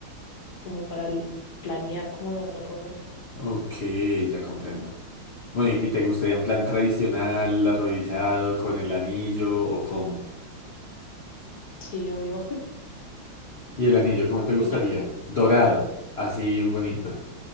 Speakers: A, on the left; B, on the left.
A: como para el- planear cómo lo vas a proponer.
B: Ok, ya comprendo. Bueno, ¿y y te gustaría en plan tradicional, arrodillado, con el anillo o cómo?
A: Sí, obvio. <laughs>
B: Y el anillo, ¿cómo te gustaría?
A: Que Yo,
B: Dorado, así bien bonito.